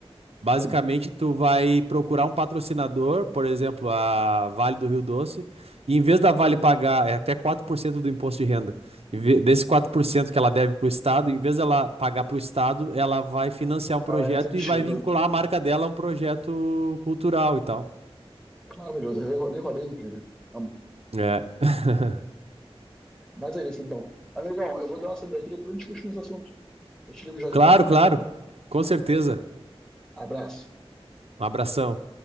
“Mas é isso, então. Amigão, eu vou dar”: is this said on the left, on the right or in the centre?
Centre